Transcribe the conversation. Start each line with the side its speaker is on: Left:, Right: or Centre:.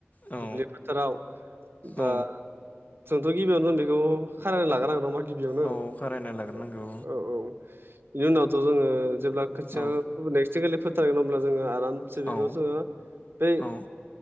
Left: औ
Right: दुब्लि फोथाराव दा
Left: औ
Right: जोंथ' गिबियावनो दे बेखौ खारायना लागोनांगोन नङा होमबा मा गिबियावनो
Left: औ खारायना लाग्रोनांगौ
Right: औ औ औ बिनि उनावथ' जोङो जेब्ला खोथिया
Left: औ
Right: नेक्स्टखालि फोथारगोन ओमब्ला जोङो आराम जि बिखौ
Left: औ
Right: जोङो बै
Left: औ